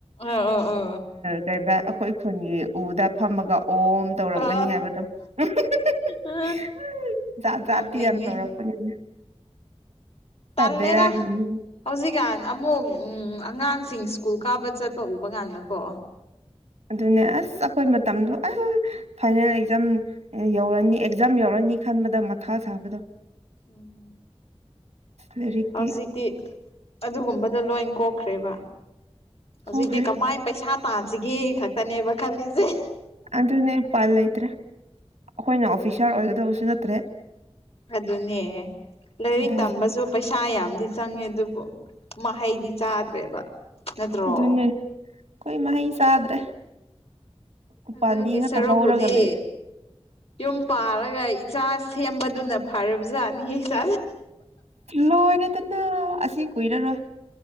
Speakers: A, on the left; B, on the right.
A: ꯑ ꯑ
B: ꯀꯩꯕ ꯑꯩꯈꯣꯏ ꯈꯨꯟꯒꯤ ꯎꯗ ꯐꯝꯃꯒ ꯑꯣꯝ ꯇꯧꯔꯝꯒꯅꯤ
A: ꯑ
B: ꯍꯥꯏꯕꯗꯣ <unintelligible>
A: ꯑ
B: ꯖꯥꯠ ꯖꯥꯠꯇꯤ
A: ꯅꯣꯡꯅꯤꯡꯉꯦ
B: ꯌꯥꯝ ꯇꯧꯔꯛꯄꯅꯤꯅ
A: ꯇꯜꯂꯦꯗ
B: ꯕꯦꯔꯥꯒꯤꯅꯤ
A: ꯍꯧꯖꯤꯛꯀꯥꯟ ꯑꯃꯨꯛ ꯎꯝ ꯑꯉꯥꯡꯁꯤꯡ ꯁ꯭ꯀꯨꯜ ꯀꯥꯕ ꯆꯠꯄ ꯎꯕ ꯀꯥꯟꯗꯀꯣ
B: ꯑꯗꯨꯅꯦ ꯑꯁ ꯑꯩꯈꯣꯏ ꯃꯇꯝꯗꯣ ꯑ ꯐꯥꯏꯅꯦꯜ ꯑꯦꯛꯖꯥꯝ ꯌꯧꯔꯅꯤ ꯑꯦꯛꯖꯥꯝ ꯌꯧꯔꯅꯤ ꯈꯟꯕꯗ ꯃꯊꯥ ꯁꯥꯕꯗꯣ
A: ꯎꯝ
B: ꯂꯥꯏꯔꯤꯛꯇꯤ
A: ꯍꯧꯖꯤꯛꯇꯤ ꯑꯗꯨꯒꯨꯝꯕꯗꯣ ꯂꯣꯏ ꯀꯣꯛꯈ꯭ꯔꯦꯕ ꯍꯧꯖꯤꯛꯇꯤ
B: ꯀꯣꯈ꯭ꯔꯦ
A: ꯀꯃꯥꯏ ꯄꯩꯁꯥ ꯇꯥꯁꯤꯒꯦ ꯈꯛꯇꯅꯦꯕ ꯈꯜꯂꯤꯁꯦ
B: ꯑꯗꯨꯅꯦ <unintelligible> ꯂꯩꯇ꯭ꯔꯦ ꯑꯩꯈꯣꯏꯅ ꯑꯣꯐꯤꯁꯥꯔ ꯑꯣꯏꯒꯗꯕꯁꯨ ꯅꯠꯇ꯭ꯔꯦ
A: ꯑꯗꯨꯅꯦ ꯂꯥꯏꯔꯤꯛ
B: ꯀꯗꯥꯏꯗꯒꯤ
A: ꯇꯝꯕꯁꯨ ꯄꯩꯁꯥ ꯁꯥ ꯌꯥꯝꯗꯤ ꯆꯪꯉꯦ ꯑꯗꯨꯕꯨ ꯃꯍꯩꯗꯤ ꯆꯥꯗ꯭ꯔꯦꯕ ꯅꯠꯇ꯭ꯔꯣ
B: ꯑꯗꯨꯅꯦ ꯑꯩꯈꯣꯏ ꯃꯍꯩ ꯆꯥꯗ꯭ꯔꯦ ꯎꯄꯥꯝꯕꯤ
A: ꯑꯗꯨꯒꯤ
B: ꯉꯥꯛꯇ
A: ꯁꯔꯨꯛꯄꯨꯗꯤ
B: ꯍꯧꯔꯒ ꯂꯩꯔꯦ
A: ꯌꯨꯝ ꯄꯥꯜꯂꯒ ꯏꯆꯥ ꯁꯦꯝꯕꯗꯨꯅ ꯐꯔꯕꯖꯥꯠꯅꯤ <unintelligible>
B: ꯂꯣꯏꯔꯦꯗꯅ ꯑꯁꯤ ꯀꯨꯏꯔꯔꯣꯏ